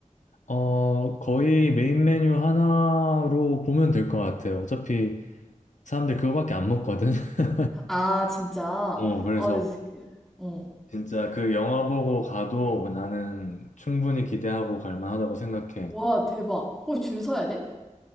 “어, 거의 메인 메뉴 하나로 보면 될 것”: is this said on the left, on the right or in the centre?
Left